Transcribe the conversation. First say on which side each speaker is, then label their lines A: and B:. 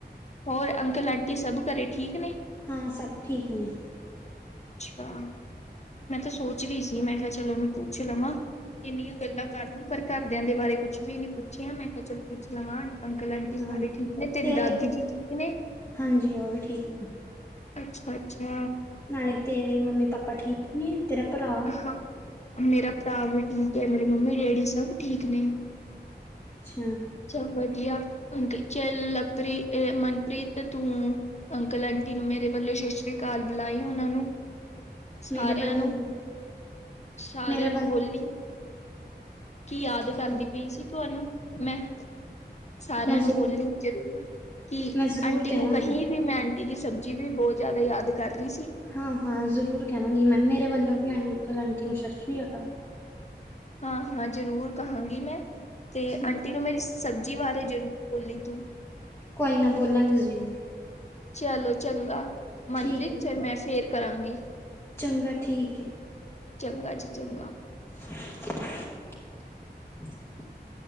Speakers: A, on the left; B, on the left.
A: ਹੋਰ ਅੰਕਲ ਅੰਟੀ ਸਭ ਘਰੇ ਠੀਕ, ਨੇ
B: ਹਾਂ ਸਭ ਠੀਕ ਨੇ।
A: ਅੱਛਾ ਮੈਂ ਤਾਂ ਸੋਚ ਰਹੀ ਸੀ ਮੈਂ ਕਿਹਾ ਚਲੋ ਪੁੱਛ ਲਵਾਂ। ਇੰਨੀਆਂ ਗੱਲਾਂ ਕਰਨੀ ਪਰ ਘਰਦਿਆਂ ਦੇ ਬਾਰੇ ਕੁੱਛ ਵੀ ਨੀ ਪੁੱਛਿਆ ਮੈਂ ਕਿਹਾ ਚਲ ਪੁੱਛ ਲਵਾਂ। ਅੰਕਲ ਆਂਟੀ ਸਾਰੇ
B: ਹਾਂ।
A: ਠੀਕ ਨੇ ਤੇਰੀ
B: ਤੇ
A: ਦਾਦੀ ਜੀ ਠੀਕ ਨੇ?
B: ਹਾਂਜੀ ਉਹ ਵੀ ਠੀਕ ਨੇ,
A: ਅੱਛਾ-ਅੱਛਾ।
B: ਨਾਲੇ ਤੇਰੇ ਮੰਮੀ ਪਾਪਾ ਠੀਕ ਨੇ? ਤੇਰਾ ਭਰਾ?
A: ਹਾਂ ਮੇਰਾ ਭਰਾ ਵੀ ਠੀਕ ਏ ਮੇਰੀ ਮੰਮੀ ਡੈਡੀ ਸਭ ਠੀਕ ਨੇ।
B: ਅੱਛਾ,
A: ਸਭ ਵਧੀਆ <unintelligible> ਮਨਪ੍ਰੀਤ ਤੂੰ ਅੰਕਲ ਆਂਟੀ ਨੂੰ ਮੇਰੇ ਵੱਲੋਂ ਸਤਿ ਸ੍ਰੀ ਅਕਾਲ ਬੁਲਾਈ ਉਹਨਾਂ ਨੂੰ। ਸਾਰਿਆਂ
B: ਮੇਰੇ ਵੱਲੋਂ
A: ਨੂੰ ਸਾਰਿਆਂ
B: ਮੇਰੇ
A: ਨੂੰ
B: ਵੱਲ
A: ਬੋਲੀ। ਕੀ ਯਾਦ
B: ਠੀਕ
A: ਕਰਦੀ
B: ਹੈ
A: ਪਈ ਸੀ ਤੁਹਾਨੂੰ। ਮੈਂ, ਸਾਰਿਆਂ
B: ਮੈਂ
A: ਨੂੰ
B: ਜ਼ਰੂਰ
A: ਬੋਲੀ ਜ਼ਰੂਰ। ਕਿ
B: ਮੈਂ ਜ਼ਰੂਰ
A: ਆਂਟੀ
B: ਕਹਾਂਗੀ
A: ਨੂੰ ਕਹੀ ਵੀ ਮੈਂ ਆਂਟ ਗੀ ਸਬਜ਼ੀ ਵੀ ਬਹੁਤ ਜ਼ਿਆਦਾ ਯਾਦ ਕਰ ਰਹੀ ਸੀ।
B: ਹਾਂ ਹਾਂ ਜ਼ਰੂਰ ਕਹਾਂਗੀ ਮੈਂ ਮੇਰੇ ਵੱਲੋਂ ਅੰਕਲ ਆਂਟੀ ਨੂੰ ਸਤਿ ਸ਼੍ਰੀ ਅਕਾਲ।
A: ਹਾਂ-ਹਾਂ ਜ਼ਰੂਰ ਕਹਾਂਗੀ ਮੈਂ। ਤੇ
B: ਠੀਕ
A: ਆਂਟੀ ਨੂੰ ਮੇਰੀ ਸਤ ਸ੍ਰੀ ਅਕਾਲ ਸਬਜ਼ੀ ਬਾਰੇ ਜ਼ਰੂਰ ਬੋਲੀ ਤੂੰ
B: ਕੋਈ ਨਾ ਬੋਲਾਂਗੇ ਜ਼ਰੂਰ
A: ਚਲੋ ਚੰਗਾ ਮਨਪ੍ਰੀਤ
B: ਠੀਕ ਹੈ
A: ਸਰ ਮੈਂ ਫੇਰ ਕਰਾਂਗੀ
B: ਚੰਗਾ ਠੀਕ ਏ
A: ਚੰਗਾ ਜੀ ਚੰਗਾ
B: <inaudible>